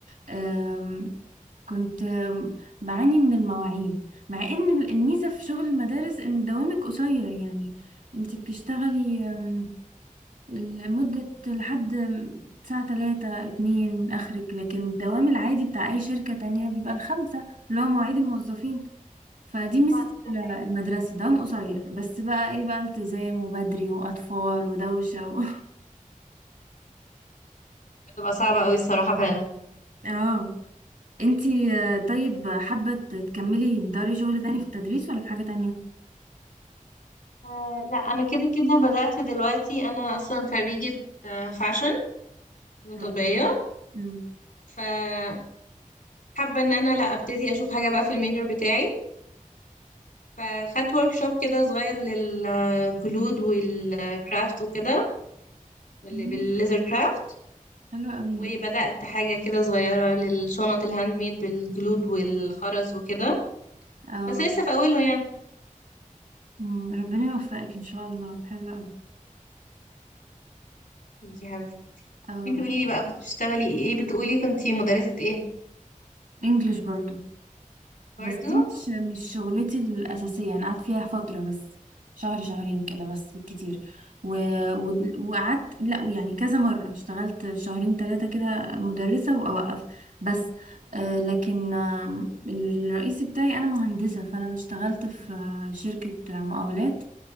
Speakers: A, on the right (about 80°); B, on the left (about 80°).
A: أم، كنت أم، بعاني من المواعيد مع ان ال- الميزة في شغل المدارس ان دوامك قصير يعني انت بتشتغلي أم، لمدة لحد ساعة تلاتة اتنين اخرك لكن الدوام العادي بتاع اي شركة تانية بيبقى الخمسة اللي هو مواعيد الموظفين فدي ميزة
B: صح
A: ال- المدرسة دوام قصير بس بقى ايه بقى التزام وبدري وأطفال ودوشة و...
B: بتبقى صعبة قوي الصراحة فعلا
A: <laughs> اه انتي آه، طيب حابة تكملي تداري شغل تاني في التدريس ولا في حاجة تانية؟
B: آه لا أنا كده كده بدأت دلوقتي أنا أصلا خريجة آه، فاشن فنون
A: حلو
B: تطبيقية
A: مم.
B: فحابة إن أنا لا أبتدي أشوف حاجة بقى في الميجر بتاعي فخدت ورك شوب كده صغير للجلود والكرافت وكده اللي
A: مم.
B: بالليزر كرافت
A: حلو قوي
B: وبدأت حاجة كده صغيرة للشنط الهاند ميد بالجلود والخرز وكده
A: اه
B: بس لسه في أوله يعني
A: مم. ربنا يوفقك ان شاء الله حلو قوي
B: يا حبيبتي
A: اه
B: انتي قوليلي بقى كنت بتشتغلي ايه بتقولي كنتي مدرسة ايه
A: انجلش برضو
B: برضو
A: بس دي مش مش شغلتي الأساسية أنا قعدت فيها فترة بس شهر شهرين كده بس بالكتير و... و... وقعدت لا يعني كذا مرة اشتغلت شهرين ثلاثة كده مدرسة وأوقف بس آه لكن آه الرئيسي بتاعي أنا مهندسة فأنا اشتغلت في آه، شركة مقاولات